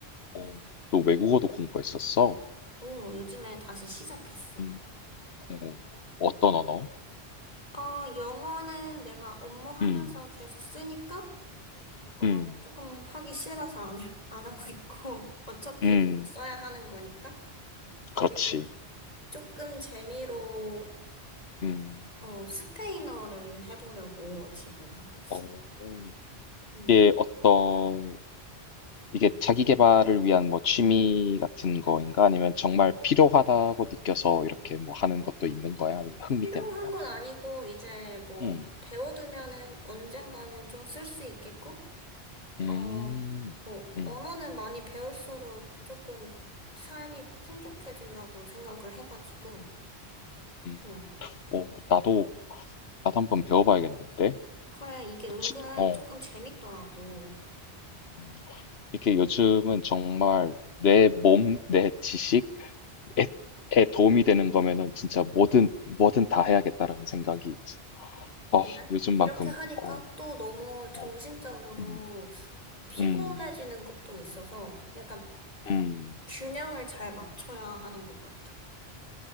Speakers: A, on the left; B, on the left.
A: 어, 너 외국어도 공부했었어?
B: 오, 요즘에 다시 시작했어.
A: 음. 어. 어떤 언어?
B: 어, 영어는 내가 업무하면서
A: 음.
B: 계속 쓰니까 어,
A: 음.
B: 조금 하기 싫어서 안, 해, 안 하고 있고 <laughs> 어차피
A: 음.
B: 계속 써야 하는 거니까. 그리고
A: 그렇지.
B: 조금 재미로
A: 음.
B: 어, 스페인어를 해보려고 지금 하고 있어.
A: 어.
B: 음.
A: 이게 어떤 이게 자기 계발을 위한 뭐 취미 같은 거인가? 아니면 정말 필요하다고 느껴서 이렇게 뭐 하는 것도 있는 거야? 아니면 흥미
B: 필요한
A: 때문에 하는
B: 건
A: 거?
B: 아니고, 이제 뭐,
A: 음.
B: 배워두면은 언젠가는 좀 쓸 수 있겠고,
A: 음.
B: 어, 뭐,
A: 음.
B: 언어는 많이 배울수록 조금 삶이 풍족해진다고 생각을 해가지고,
A: 음.
B: 어,
A: 오, 나도 나도 한번 배워봐야겠는데.
B: 그래, 이게
A: 그치?
B: 은근
A: 음. 어.
B: 조금 재밌더라고.
A: 음. 이게 요즘은 정말 내 몸, 내 지식, 에, 에 도움이 되는 거면은 진짜 뭐든 뭐든 다 해야겠다라는 생각이 어,
B: 근데
A: 요즘만큼
B: 이렇게 하니까
A: 어,
B: 또 너무 정신적으로
A: 어, 음,
B: 피곤해지는
A: 음,
B: 것도 있어서 약간
A: 음.
B: 균형을 잘 맞춰야 하는 것 같아.